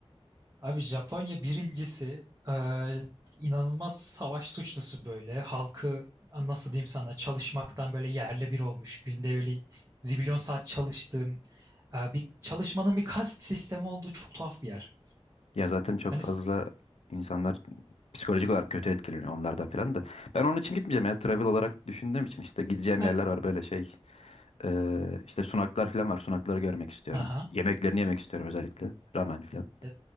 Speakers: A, on the right; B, on the left.
A: Abi Japonya birincisi e, inanılmaz savaş suçlusu böyle. Halkı a, nasıl diyeyim sana çalışmaktan böyle yerle bir olmuş. Günde öyle zibilyon saat çalıştığın e, bir çalışmanın bir kast sistemi olduğu çok tuhaf bir yer.
B: Ya zaten çok
A: Hani
B: fazla
A: s-
B: insanlar psikolojik olarak kötü etkileniyor onlardan falan da. Ben onun için gitmeyeceğim ya. Travel olarak düşündüğüm için işte gideceğim
A: ha,
B: yerler var böyle şey. Ee, işte sunaklar falan var. Sunakları görmek istiyorum.
A: aha.
B: Yemeklerini yemek istiyorum özellikle. Ramen falan.
A: E,